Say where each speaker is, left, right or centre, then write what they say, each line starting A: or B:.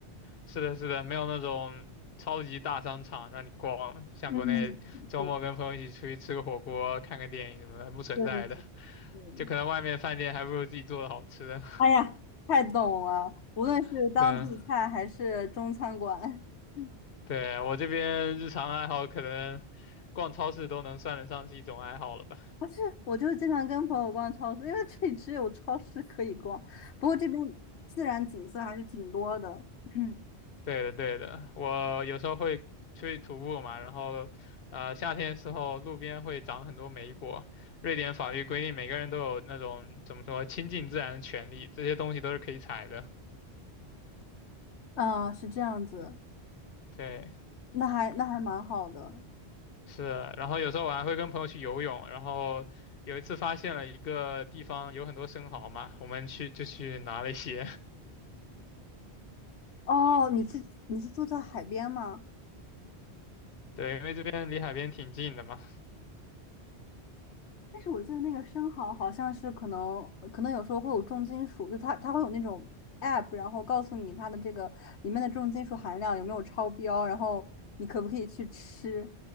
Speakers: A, on the left; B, on the left.
A: 是的，是的，没有那种超级大商场让你逛，像国内周末跟朋友一起出去吃个火锅、
B: 嗯，对，
A: 看个电影什么的，不存在的。
B: 对对对。嗯
A: 就可能外面饭店还不如自己做的好吃。
B: 哎呀，太懂了！无论是当地菜还是中餐馆，
A: <laughs> 对啊，
B: <laughs>
A: 对，我这边日常爱好可能逛超市都能算得上是一种爱好了吧？
B: 不是，我就是经常跟朋友逛超市，因为这里只有超市可以逛。不过这边自然景色还是挺多的。嗯，
A: 对的，对的，我有时候会出去徒步嘛，然后呃，夏天的时候路边会长很多莓果。瑞典法律规定每个人都有那种怎么说亲近自然的权利，这些东西都是可以采的。
B: 嗯，是这样子，
A: 对，
B: 那还那还蛮好的。
A: 是。然后有时候我还会跟朋友去游泳，然后有一次发现了一个地方有很多生蚝嘛，我们去就去拿了一些。
B: 哦，你是你是住在海边吗？
A: <laughs> 对，因为这边离海边挺近的嘛。
B: 但是我记得那个生蚝好像是可能可能有时候会有重金属，就它它会有那种 app，然后告诉你它的这个里面的重金属含量有没有超标，然后你可不可以去吃。